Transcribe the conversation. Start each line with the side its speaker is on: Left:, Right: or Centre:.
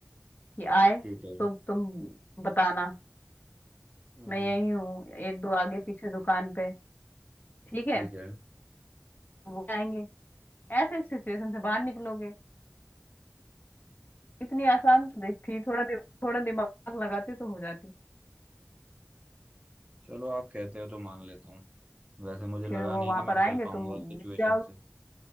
Left: कि आए
Right: ठीक है
Left: तो तुम बताना
Right: हम्म
Left: मैं यही हूँ एक दो आगे पीछे दुकान पे ठीक है
Right: ठीक है
Left: वो आएंगे ऐसे सिचुएशन से बाहर निकलोगे इतनी आसान तो दिख- थी थोड़ा दि, थोड़ा दिमाग लगाती तो हो जाती
Right: चलो आप कहते हो तो मान लेता हूँ वैसे मुझे
Left: फिर
Right: लगा
Left: वो
Right: नहीं
Left: वहां
Right: कि मैं
Left: पर
Right: निकल
Left: आएंगे
Right: पाऊंगा
Left: तुम
Right: उस सिचुएशन
Left: मिल जाओगे
Right: से